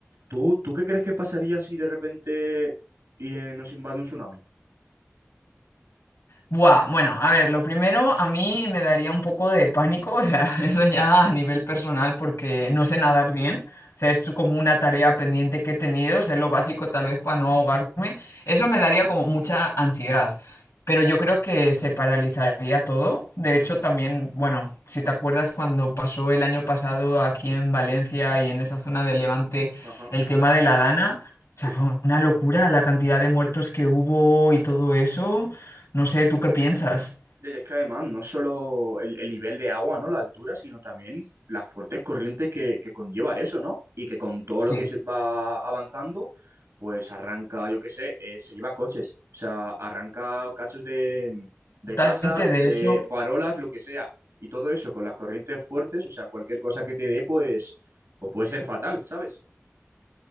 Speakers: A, on the right; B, on the left.
A: ¿Tú, tú qué crees que pasaría si de repente y, eh, nos invade un tsunami?
B: Buah, bueno, a ver, lo primero a mí me daría un poco de pánico, o sea, <laughs> eso ya a nivel personal porque no sé nadar bien, o sea, es como una tarea pendiente que he tenido, sé lo básico tal vez para no ahogarme, eso me daría como mucha ansiedad, pero yo creo que se paralizaría todo, de hecho también, bueno, si te acuerdas cuando pasó el año pasado aquí en Valencia y en esa zona del Levante
A: Ajá,
B: el tema de la Dana, o
A: sí.
B: sea, fue una locura la cantidad de muertos que hubo y todo eso. No sé, ¿tú qué piensas?
A: Ya, ya es que además no es solo el, el nivel de agua, ¿no? La altura, sino también las fuertes corrientes que, que conlleva eso, ¿no? Y que con todo
B: Sí.
A: lo que se va avanzando, pues arranca, yo qué sé, eh, se lleva coches, o sea, arranca cachos de, de
B: Totalmente,
A: casas,
B: de
A: de
B: hecho,
A: farolas, lo que sea. Y todo eso con las corrientes fuertes, o sea, cualquier cosa que te dé, pues, pues puede ser fatal, ¿sabes?